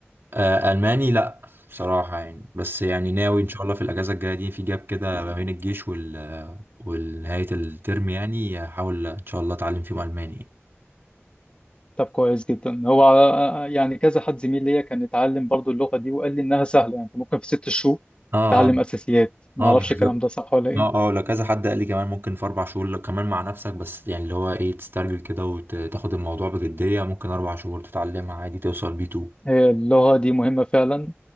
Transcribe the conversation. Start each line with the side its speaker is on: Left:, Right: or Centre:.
Right: آه، ألماني لأ بصراحة يعني بس يعني ناوي إن شاء الله في الأجازة الجاية دي في جاب كده ما بين الجيش وال والنهاية الترم يعني هحاول إن شاء الله أتعلم فيهم ألماني
Left: طب كويس جدا هو آه، يعني كذا حد زميل ليا كان اتعلم برضو اللغة دي وقال لي انها سهلة يعني انت ممكن في ست شهور
Right: اه
Left: تتعلم
Right: اه
Left: اساسيات ما
Right: آه،
Left: اعرفش
Right: بالظبط
Left: الكلام ده صح ولا ايه
Right: اه اه لو كذا حد قال لي كمان ممكن في أربع شهور لو كمان مع نفسك بس يعني اللي هو إيه تسترجل كده وتاخد الموضوع بجدية ممكن أربع شهور تتعلمها عادي توصل بي 2
Left: هي اللغة دي مهمة فعلا